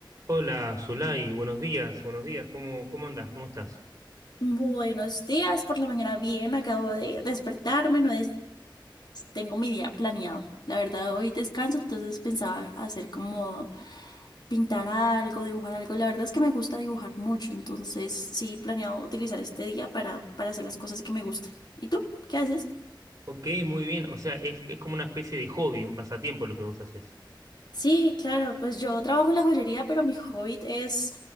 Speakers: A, on the right (about 40°); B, on the left (about 55°).
A: Hola, Zulay, buenos días, buenos días, ¿cómo, cómo andás? ¿Cómo estás?
B: Buenos días, por la mañana bien, acabo de despertarme, no es, tengo mi día planeado. La verdad, hoy descanso, entonces pensaba hacer como pintar algo, dibujar algo. La verdad es que me gusta dibujar mucho, entonces sí planeado utilizar este día para, para hacer las cosas que me gustan. ¿Y tú? ¿Qué haces?
A: Ok, muy bien, o sea, es, es como una especie de hobby, un pasatiempo lo que vos haces.
B: Sí, claro, pues yo trabajo en la joyería, pero mi hobby es